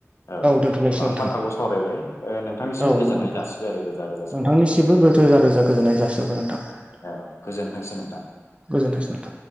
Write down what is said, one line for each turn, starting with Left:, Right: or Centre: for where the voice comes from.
Left: औ
Right: दोनथ'लायसै
Left: गोबां
Right: नोंथां
Left: बाथ्राखौ सावरायबाय ओ नोंथांनिसिम
Right: औ
Left: गोजोननाय
Right: नंगौ नोंथां
Left: जासिबाय आरो रोजा रोजा
Right: नोंथांनिसिबो
Left: साबायखर
Right: रोजा रोजा गोजोननाय जासिहरबाय नोंथां
Left: औ गोजोनथोंसै नोंथां
Right: गोजोनथोंसै नोंथां